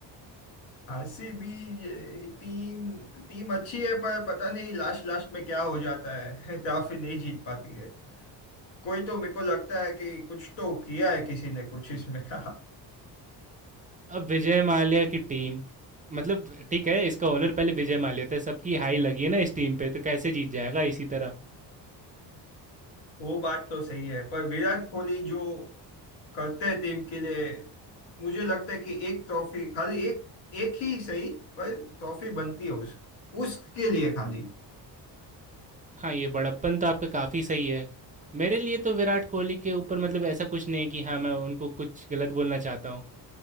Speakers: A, on the left; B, on the right.
A: आरसीबी टीम टीम अच्छी है पर पता नहीं लास्ट लास्ट में क्या हो जाता है <laughs> ट्रॉफी नहीं जीत पाती है कोई तो मेरे को लगता है कि कुछ तो किया है किसी ने कुछ इसमें <laughs>
B: अब विजय माल्या की टीम मतलब ठीक है इसका ओनर पहले विजय माल्या था सबकी हाई लगी है ना इस टीम पे तो कैसे जीत जाएगा इसी तरह
A: वो बात तो सही है पर विराट कोहली जो करते हैं टीम के लिए मुझे लगता है कि एक ट्रॉफी खाली एक एक ही सही पर ट्रॉफी बनती है उस उसके लिए खाली
B: हाँ ये बड़प्पन तो आपका काफ़ी सही है मेरे लिए तो विराट कोहली के ऊपर मतलब ऐसा कुछ नहीं है कि हाँ मैं उनको कुछ गलत बोलना चाहता हूँ